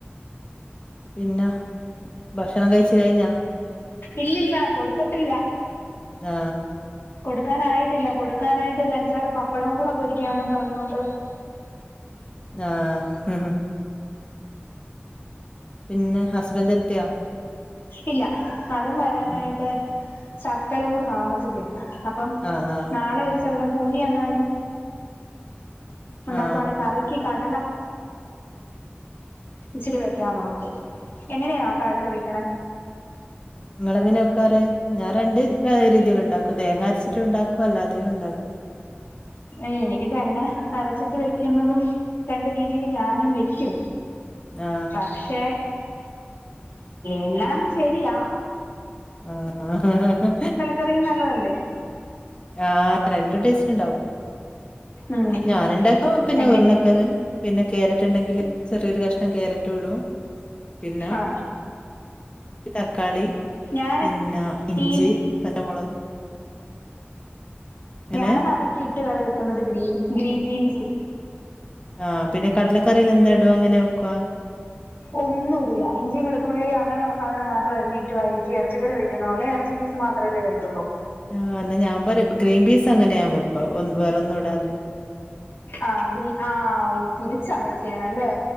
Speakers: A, on the left (about 25°); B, on the left (about 60°).
A: പിന്നെ ഭക്ഷണം കഴിച്ച് കഴിഞ്ഞാ
B: ഇല്ലില്ല കൊടുത്തിട്ടില്ല
A: ആ
B: കൊടുക്കാനായിട്ടില്ല കൊടുക്കാനായിട്ട് ഒരു അഞ്ചാറ് പപ്പടവും കൂടെ പൊരിക്കന്നും പറഞ്ഞൊണ്ട്
A: ആഹ് പിന്നെ ഹസ്ബൻഡ് എത്തിയ
B: ഇല്ല. അതും വരാനായിട്ട്
A: ആ.
B: സക്കലം കൂടി താമസിക്കും. അപ്പം
A: ആ, ആ,
B: നാളെ ഒരു സകലം പൂരിയാങ്ങാനും
A: ആ,
B: ഉണ്ടാക്കുവാണെ കറി ക്കി കടല ഇച്ചിരി വെക്കാന്ന്ർക്കു എങ്ങനെയാ ആ കടല വെക്കണേ?
A: നിങ്ങളെങ്ങനെക്കാറ്? ഞാൻ രണ്ട് രീതിയിൽ ഉണ്ടാക്കും തേങ്ങ അരച്ചിട്ട ഉണ്ടാക്കും അല്ലാതെയും ഉണ്ടാക്കും.
B: എനിക്ക് തരങ്ങ അരച്ചിട്ട് വെക്കുന്നതും രണ്ട രീതിൽ ഞാനും വെക്കും.
A: ആ,
B: പക്ഷെ എല്ലാം ശരിയാ.
A: ആഹ് ആഹ്
B: കറിയും നല്ലതല്ലേ?
A: ആഹ് രണ്ട ടേസ്റ്റ്ണ്ടാവും.
B: ഉം
A: ഞാന ഇണ്ടാക്കാവ പിന്നെ
B: രണ്ട്
A: ഉരുളക്കന് പിന്നെ ക്യാരറ്റ് ഉണ്ടെങ്കിൽ ചെറിയൊരു കഷ്ണം ക്യാരറ്റ് ഇടും പിന്നെ
B: ആഹ്
A: തക്കാളി
B: ഞാന്
A: പിന്നെ ഇഞ്ചി
B: ഈ
A: പച്ചമുളക് അങ്ങനെ
B: ഞാൻ അതൊക്കെ ഇട്ട് കറി വെക്കുന്നത് ഗ്രീൻ ഗ്രീൻ ബീൻസ്.
A: ആഹ പിന്നെ കടലക്കറിയിൽ എന്താ ഇടുവ അങ്ങനെ വെക്കുവ?
B: ഒന്നും ഇടൂ. ഇചിയും വെളത്തുള്ളി അങ്ങനുള്ള സാധനം മാത്രം അരിഞ്ഞട്ട് വഴി ഇറച്ചിക്ക കറി വെക്കുന്ന ഇറച്ച മാത്രമല്ലേ വരത്തുള്ളൂ.
A: ആഹ് എന്നാ ഞാൻ പറ ഗ്രീൻ പീസ് അങ്ങനെയാൻ വെക്കുവ വറൊന്നുടാതെ.
B: ആഹ് ഗ്രീ ആ ഓ തിരിച്ചാ അവിടെ ചെയ്യണം അല്ലേ?